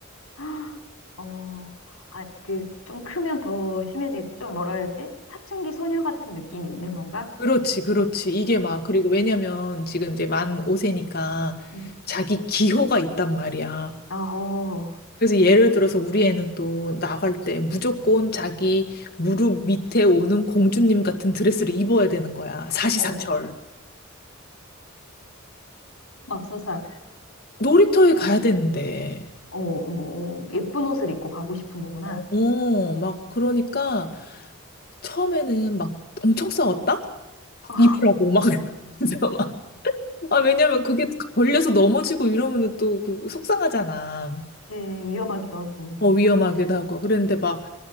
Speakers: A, on the left; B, on the left.
A: 헉! 어, 아, 그, 좀 크면 더 심해지겠지? 좀 뭐라 해야지? 사춘기 소녀 같은 느낌이 있는 건가?
B: 그렇지, 그렇지. 이게 막, 그리고 왜냐면 지금 이제 만 5세니까
A: 음.
B: 자기 기호가 있단 말이야.
A: 어,
B: 그래서 예를 들어서 우리 애는 또 나갈 때 무조건 자기 무릎 밑에 오는 공주님 같은 드레스를 입어야 되는 거야. 사시사철.
A: 어머, 맙소사.
B: 놀이터에 가야 되는데.
A: 어머, 어머, 어머, 예쁜 옷을 입고 가고 싶은 거구나.
B: 어, 어, 막 그러니까 처음에는 막 엄청 싸웠다? 막
A: 어,
B: 입으라고 막 <laughs> 진짜 막. 아, 왜냐면 그게 걸려서 넘어지고 이러면은 또 그- 속상하잖아.
A: 그치, 위험하기도 하고.
B: 어, 위험하기도 하고. 그랬는데 막